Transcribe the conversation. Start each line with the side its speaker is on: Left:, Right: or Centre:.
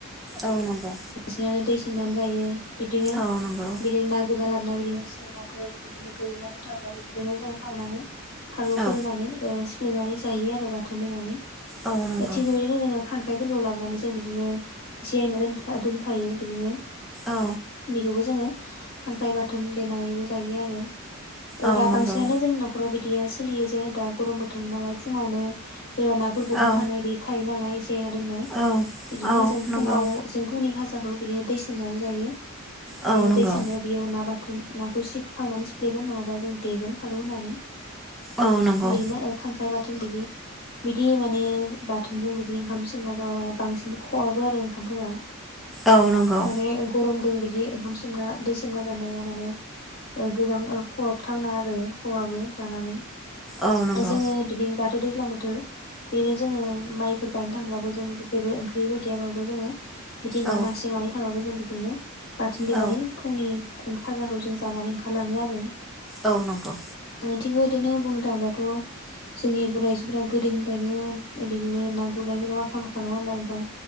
Centre: औ नंगौ
Left: बिदिनानै दै सोमनानै जायो बिदिनो
Centre: औ नंगौ
Left: बिदिनो ना गुरना लाबो सनाय बिदिनो जेंनाफोर बिदिनो गोरि नाफोर थाब्लाबो बेफोरखौनो जों सावनानै फानलुफोर
Centre: औ
Left: होनानै सिफ्लेनानै जायो आरो बाथोन देनानै
Centre: औ नंगौ
Left: थिग बेबायदिनो जोंङो खांख्राइफोरखौ लाबोनानै जों बिदिनो <unintelligible> दोन द फायो बिदिनो
Centre: औ
Left: बेखौबो जोंङो खांख्राय बाथोन देनानैबो जायो आरो।
Centre: औ
Left: दा
Centre: नंगौ
Left: बांसिनानो जोंनि न'खराव बिदिया सोलियो जे दा गरम बोथोर नालाय फुंआवनो। सोरनिबा नाफोर गुरनो
Centre: औ
Left: थानाय बे थायो नालाय जिरायना दोननाय।
Centre: औ
Left: बिदिनो
Centre: औ
Left: जों
Centre: नंगौ
Left: फुंआव जों फुंनि खाजि खौ बिदिनो दै सोमनानै जायो
Centre: औ
Left: बिदिनो
Centre: नंगौ
Left: दै सोमनो बेयाव ना बाथोन। नाखौ सिब खांनानै सिफ्लेगोन नंङाबा जों देगोन फानलू होनानै
Centre: औ नंगौ
Left: बिदिनो ओमफफ्राय बाथोन बिदि बिदि माने बाथोनजों बिदि ओंखाम सोमना जाबा माने बांसिन खहाबो आरो ओंखामफोरा।
Centre: औ नंगौ
Left: माने गरम दों बिदि ओंखाम सोमना दै सोमना जानाया माने गोबां खहाबथावना आरो खहाबो जानानै।
Centre: औ नंगौ
Left: जोंङो बिदिनो दाथ' दैज्लां बोथोर बिदिनो जोंङो माइफोर गायनो थांब्लाबो जों जेबो ओंख्रिबो गैयाबाबो जोंङो। बिदि ना
Centre: औ
Left: मासे मानै थाबाबो जों बेखौनो बाथेन देनानै
Centre: औ
Left: फुंनि खाजाखौ जों जानानै ओंखारलांङो आरो।
Centre: औ नंगौ।
Left: बिथिंबो बिदिनो बुंनो थांङोब्लाथ'। जोंनि बर' आइजोफोरा गोदोनिफ्रायनो बिदिनो ना गुरनायफोराव आखा फाखा नंङाब ओमबा नोंथां।